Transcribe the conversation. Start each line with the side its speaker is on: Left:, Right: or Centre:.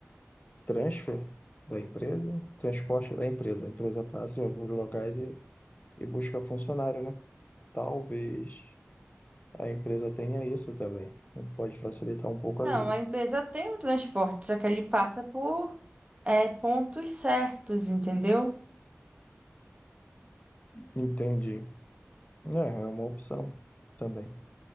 Left: transfer da empresa, transporte da empresa. A empresa passa em alguns locais e, e busca funcionário, né? Talvez a empresa tenha isso também. Pode facilitar um pouco
Right: Não,
Left: a vida.
Right: a empresa tem o transporte, só que ele passa por é, pontos certos, entendeu?
Left: Entendi. É, é uma opção também.